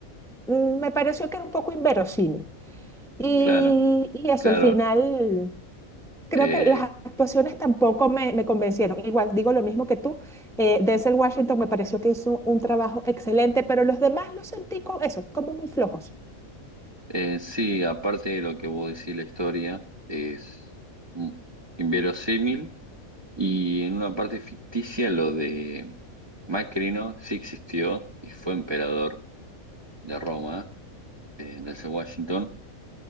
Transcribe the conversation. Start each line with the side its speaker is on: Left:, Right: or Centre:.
Centre: mm, me pareció que era un poco inverosímil. Y,
Right: Claro,
Centre: y eso,
Right: claro.
Centre: al final, creo
Right: Eh,
Centre: que las actuaciones tampoco me, me convencieron. Igual digo lo mismo que tú. eh, Denzel Washington me pareció que hizo un trabajo excelente, pero los demás los sentí como eso, como muy flojos.
Right: eh, sí, aparte de lo que vos decís, la historia es mm, inverosímil y en una parte ficticia lo de Macrino sí existió y fue emperador de Roma, eh, desde Washington,